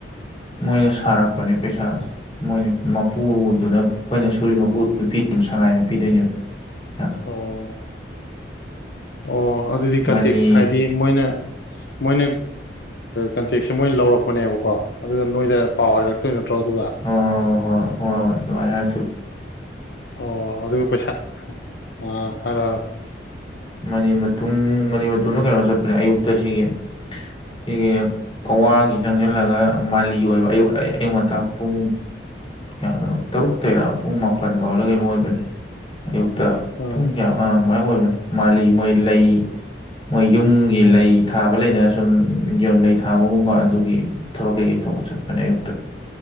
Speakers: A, on the left; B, on the left.
A: ꯃꯣꯏꯅ ꯁꯥꯔꯛꯄꯅꯦ ꯄꯩꯁꯥꯗꯣ ꯃꯣꯏꯅ ꯃꯄꯨꯗꯨꯅ ꯑꯩꯈꯣꯏꯅ ꯁꯨꯔꯤ ꯃꯄꯨꯗꯨ ꯄꯤ ꯁꯉꯥꯏꯅ ꯄꯤꯗꯣꯏꯅꯦꯕ ꯄꯩꯁꯥꯗꯣ
B: ꯑꯣ ꯑꯣ ꯑꯗꯨꯗꯤ ꯀꯟꯇꯦꯛ
A: ꯃꯅꯤ
B: ꯍꯥꯏꯗꯤ ꯃꯣꯏꯅ ꯃꯣꯏꯅ ꯀꯟꯇꯦꯛꯁꯦ ꯃꯣꯏ ꯂꯧꯔꯛꯄꯅꯦꯕꯀꯣ ꯑꯗꯨꯒ ꯅꯣꯏꯗ ꯄꯥꯎ ꯍꯥꯏꯔꯛꯇꯣꯏ ꯅꯠꯇ꯭ꯔꯣ ꯑꯗꯨꯒ
A: ꯑꯣ ꯍꯣꯏ ꯍꯣꯏ ꯍꯣꯏ ꯅꯨꯡꯉꯥꯏ ꯍꯥꯏꯦ ꯊꯨ
B: ꯑꯣ ꯑꯗꯨꯒ ꯄꯩꯁꯥ ꯑꯥ ꯍꯥꯏꯔꯣ ꯍꯥꯏꯔꯣ
A: ꯃꯅꯤ ꯃꯇꯨꯡ ꯃꯅꯤ ꯃꯇꯨꯡꯗ ꯀꯩꯅꯣ ꯆꯠꯄꯅꯦ ꯑꯌꯨꯛꯇ ꯁꯤꯒꯤ ꯁꯤꯒꯤ ꯀꯧꯋꯥꯒꯤ ꯆꯪꯁꯤꯜꯂꯒ ꯃꯥꯒꯤ ꯑꯣꯏꯕ ꯑꯌꯨꯛ ꯑꯌꯨꯛ ꯉꯇꯥ ꯄꯨꯡ ꯀꯗꯅꯣ ꯇꯔꯨꯛ ꯇꯔ ꯄꯨꯡ ꯃꯥꯄꯟ ꯐꯥꯎꯗ ꯀꯅꯣ ꯑꯣꯏꯕꯅꯦ ꯑꯌꯨꯛꯇ
B: ꯑꯥ
A: ꯄꯨꯡ ꯀꯌꯥ ꯑ ꯃꯃꯥꯏ ꯑꯣꯏꯕꯅꯤ ꯃꯥꯜꯂꯤ ꯃꯣꯏ ꯂꯩ ꯃꯣꯏ ꯌꯨꯝꯒꯤ ꯂꯩ ꯊꯥꯕ ꯂꯩꯗꯅ ꯁꯨꯝ ꯌ ꯂꯩ ꯊꯥꯕꯒꯨꯝꯕ ꯑꯗꯨꯒꯤ ꯊꯕꯛ ꯀꯩꯀꯩ ꯇꯧꯕ ꯆꯠꯄꯅꯦ ꯑꯌꯨꯛꯇ